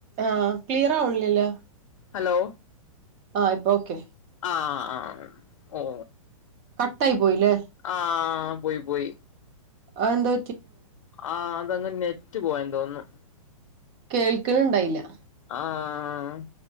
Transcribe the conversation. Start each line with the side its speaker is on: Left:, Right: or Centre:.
Right: ആ ക്ലിയർ ആവണില്ലേല്ല
Left: ഹലോ
Right: ആ ഇപ്പൊ ഓക്കെ
Left: ആഹ് ആഹ് ഓ
Right: കട്ടായി പോയില്ലേ
Left: ആ പോയി പോയി
Right: അതെന്ത
Left: ആഹ് അങ്ങ് നെറ്റ് പോയെന്ന് തോന്നുന്നു
Right: കേൾക്കണ്ണ്ടായില്ല
Left: ആഹ്